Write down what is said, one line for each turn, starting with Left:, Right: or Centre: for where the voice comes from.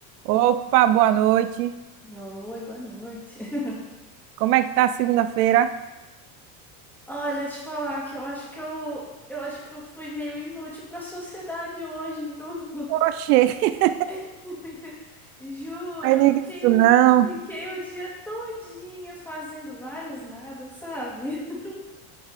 Right: Opa, boa noite.
Centre: Oi, boa noite. <laughs>
Right: Como é que tá a segunda-feira?
Centre: Olha, te falar que eu acho que eu, eu acho que eu fui meio inútil pra sociedade hoje, viu?
Right: Oxê, <laughs>
Centre: <laughs> Juro,
Right: aí
Centre: eu
Right: diga
Centre: fiquei
Right: isso
Centre: o,
Right: não.
Centre: fiquei o dia todinho fazendo vários nada, sabe? <laughs>